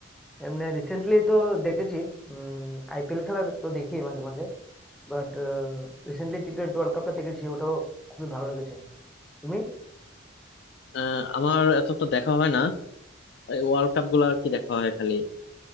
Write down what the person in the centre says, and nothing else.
এমনি রিসেন্টলি তো দেখেছি উম আইপিএল খেলা তো দেখি মাঝে মাঝে but recently T twenty world কাপটা দেখেছি ওটাও খুবই ভালো লেগেছে তুমি